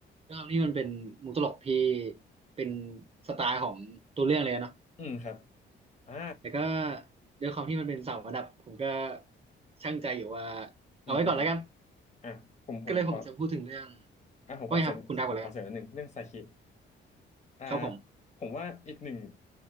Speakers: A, on the right; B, on the left.
A: ด้วยความที่มันเป็นมุกตลกที่เป็นสไตล์ของตัวเรื่องเลยอะเนาะ
B: อืมครับอ่า
A: แต่ก็ด้วยความที่มันเป็นเสารระดับผมก็ช่างใจอยู่ว่าเอาไว้ก่อนแล้วกัน
B: อืมอืมอืมอ่าผมผมขอ
A: ก็เลยผมจะพูดถึงเรื่อง
B: อ่าผมขอเสริมผมขอเสริมนิดนึงเรื่องไซคิ
A: ว่าไงครับคุณดาวก่อนแล้วกัน
B: อ่า
A: ครับผม
B: ผมว่าอีกหนึ่ง